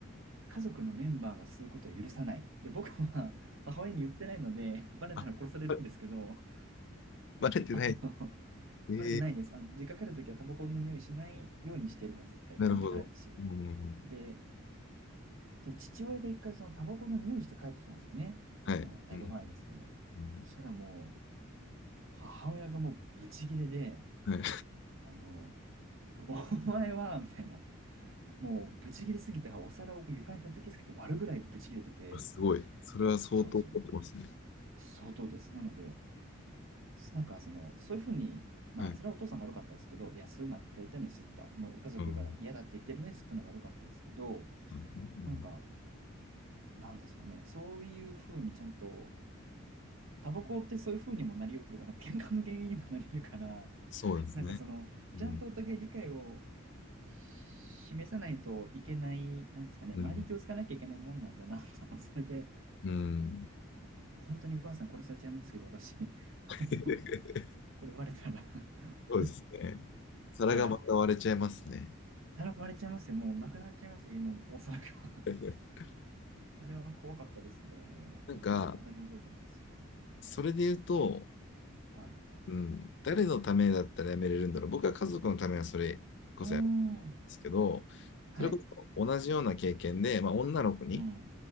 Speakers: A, on the right (about 70°); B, on the left (about 55°).
A: 家族のメンバーが吸うことは許さない。で、僕は <laughs> 母親に言ってないので、バレたら殺されるんですけど、
B: あ、<laughs> ばばバレてない。
A: あの、
B: ええ
A: バレてないです。あの、実家帰るときはタバコの匂いしないようにしてるの、絶対に持ってかないですし。
B: なるほど。うん。
A: で、で父親が一回そのタバコの匂いして帰ってきたんですよね。あの、
B: はい。はいうん。
A: だいぶ前ですけど。
B: うん、
A: そしたらもう、母親がもうブチギレで、
B: はい。
A: あの、お前は、みたいな、もうブチギレすぎて、お皿をこう床に叩きつけて割るぐらいブチギレてて、
B: <laughs> すごい。それは相当凝ってますね。
A: そうなんですよ。相当です。なので、なんかその、そういうふうに、まあ、
B: はい。う
A: それはお父さんが悪かったですけど、いや、そういうのやってやりたいのに吸った、まあ、家族が嫌だって言ってるのに吸ったのが悪かったですけど、
B: ん。うんうん
A: なんか、なんですかね、そういうふうにちゃんと、タバコってそういうふうにもなり得るな、なんか喧嘩の原因にもなり得るから、
B: そうですね。
A: なんかその、
B: うん。
A: ちゃんとお互い理解を示さないといけない、なんですかね、
B: うん。
A: 周りに気をつかなきゃいけないもんなんだな、<laughs> それで、
B: うん。
A: 本当にお母さん殺されちゃいますけど、私、<laughs>
B: <laughs>
A: あのこれバレたら <laughs>
B: そうですね。皿がまた割れちゃいますね。
A: はい。さらわれちゃいますよ。もうなくなっちゃいますよ、家のお皿が。
B: <laughs>
A: <laughs> あれは怖かったですね。
B: なんか、
A: 本当に。未だに覚えてます。
B: それで言うと、
A: はい。
B: うん、誰のためだったらやめれるんだろう。僕は家族のためはそれこそやで
A: うーん。
B: すけど、
A: はい。
B: それこそ同じような経験で、まあ、女の子に
A: うん。